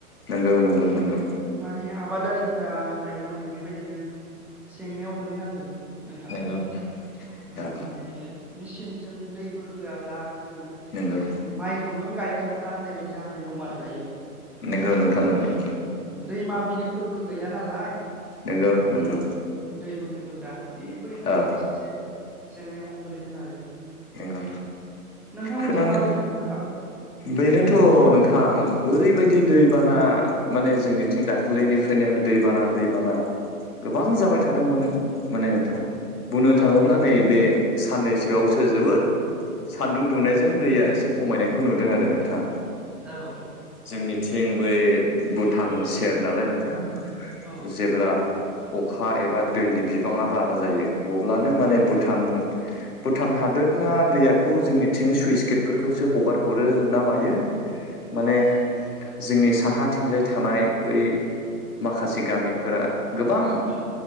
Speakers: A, on the left; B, in the centre.
A: नोंगौ नोंगौ नोंगौ
B: माने आबादारिफोरा दायो माने बेबायदिनो जेंनायाव गोलैनांदों नोंथां
A: नंगौ नंगौ
B: ओ
A: औ
B: माने मेसिनजों दै बोखोआब्ला जोङो
A: नंगौ
B: माने माइखौनो गायनो हाला होननाय बायदि जानानै दङ' आरो दायो
A: नंगौ नोंथां नंगौ
B: दैमा बिलिफोरबो गैला नालाय
A: नंगौ नंगौ
B: ओम बोहैबोग्रा बेफोरनि थाखायनो
A: औ
B: एसे एसे जेंनायाव गोलैदों आरो
A: नंगौ
B: नोंथांमोनथिं
A: खोनानो
B: माबायदि नोंथां?
A: बेनोथ' नोंथां ओरैबायदि दैबाना माने जोंनि थिं दाख्लैनिफ्रायनो दैबाना दैबाना
B: <inaudible>
A: गोबां जाबाय थादोंमोन माने नोंथां बुंनो
B: औ
A: थाङोब्ला नैबे साननैसोआव सो जोबोद सानदुं दुंनायजों दैया एसे खमायनायखौ नुदों आरो नोंथां
B: औ
A: जोंनिथिं बै भुटान सेर नालाय नोंथां
B: औ
A: जेब्ला अखा एबा दैनि बिबाङा बारा जायो अब्लानो माने भुटान भुटान हादोदना दैयाखौ जोंनिथिं सुइस गेटफोरखौसो हगार हरो ना मायो माने जोंनि साहाथिंजाय थानाय बै माखासे गामिफोरा गोबां
B: औ